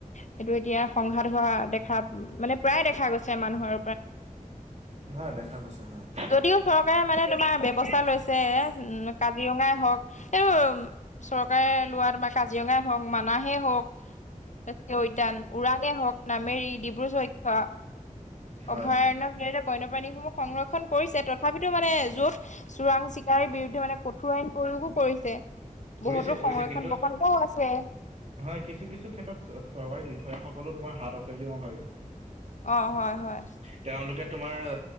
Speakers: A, on the left (about 60°); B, on the right (about 55°).
A: সেইতো এতিয়া, সংঘাত হোৱা দেখা মানে প্ৰায় দেখা গৈছে মানুহৰ
B: হয়, দেখা গৈছে হয়।
A: যদিও চৰকাৰে মানে, তোমাৰ ব্যৱস্থা লৈছে, উম, কাজিৰঙাই হওক। এইটো চৰকাৰে লোৱা তোমাৰ কাজিৰঙাই হওঁক, মানাহেই হওঁক। তাৰ ৰাষ্ট্ৰীয় উদ্যান, উৰাঙে হওঁক, নামেৰি, ডিব্ৰু চৈখোৱা।
B: হয়
A: অভয়াৰণ্যৰ
B: হয়।
A: জৰিয়তে বন্যপ্ৰাণীসমূহ সংৰক্ষণ কৰিছে। তথা- তথাপিতো মানে, য'ত চোৰাং চিকাৰীৰ বিৰুদ্ধে মানে কঠোৰ আইন প্ৰয়োগো কৰিছে।
B: কৰিছে
A: বহুতো
B: কৰিছে
A: সংৰক্ষণ
B: কিন্তু
A: প্ৰকল্পও আছে।
B: হয়, কিছু কিছু ক্ষেত্ৰত চৰকাৰী বিষয়াসকলো তোমাৰ হাত আছে বুলি মই ভাবিম।
A: অ', হয় হয়।
B: তেওঁলোকে তোমাৰ,